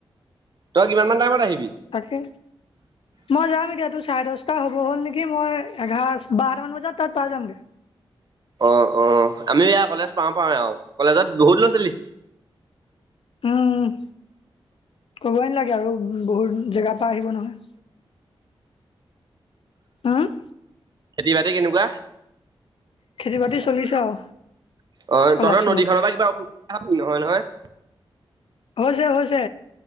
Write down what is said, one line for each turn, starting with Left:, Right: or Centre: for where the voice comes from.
Right: তই কিমান মান টাইমত আহিবি।
Left: তাকে মই যাম এতিয়া তোৰ চাৰে দশটা হ'ব। হ'ল নেকি মই এঘাৰ বাৰটা মান বজাত তাত পাই যামগে।
Right: অ - অ আমি এয়া কলেজ পাও - পাও আৰু কলেজত বহুত দূৰ
Left: উম ক'বই নালাগে আৰু বহুত জেগাৰ পৰা আহিব নহয়। হম
Right: খেতি বাতি কেনেকোৱা?
Left: খেতি বাতি
Right: অ,
Left: চলিছে আৰু
Right: তহনতৰ
Left: অলপ চলপকে
Right: নদীখনৰ পৰা কিবা অসুবিধা হয় নহয় - নহয়। <inaudible>
Left: হৈছে - হৈছে